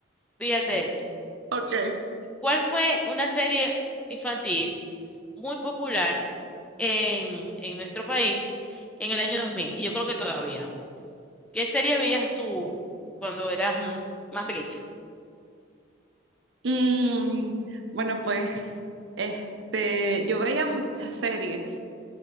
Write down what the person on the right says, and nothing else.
Ok.
Mm, bueno, pues, este, yo veía muchas series,